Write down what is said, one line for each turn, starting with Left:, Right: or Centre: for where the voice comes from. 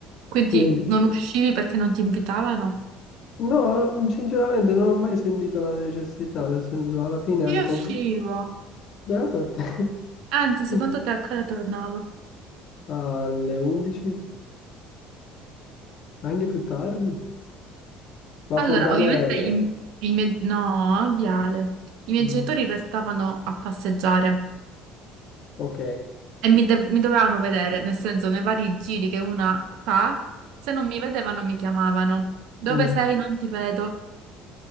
Right: Quindi
Left: Quindi,
Right: non uscivi perché non ti invitavano?
Left: no, sinceramente non ho mai sentito la necessità, nel senso, alla fine,
Right: Io
Left: cons-
Right: uscivo.
Left: beato a te.
Right: Anzi,
Left: <laughs>
Right: secondo te a che ora tornavo?
Left: Alle 11, anche più tardi. La
Right: Allora,
Left: Fontanelle.
Right: ovviamente i, i miei... No, Viale. I miei
Left: Mm,
Right: genitori restavano a passeggiare.
Left: ok.
Right: E mi, de- mi dovevano vedere, nel senso, nei vari giri che una fa, se non mi vedevano mi chiamavano. Dove
Left: Mm,
Right: sei? Non ti vedo.